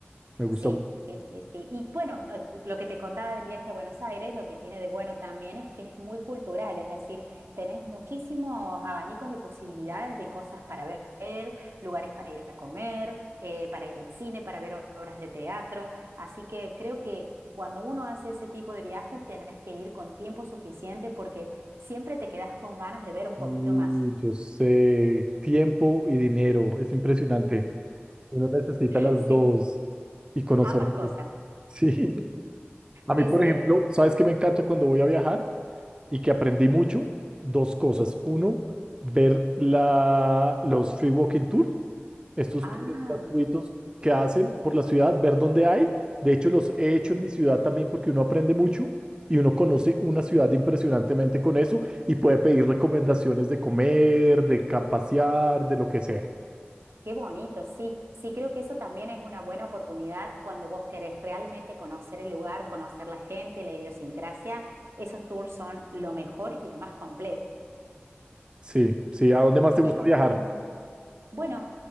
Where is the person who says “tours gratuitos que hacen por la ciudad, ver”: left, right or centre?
Right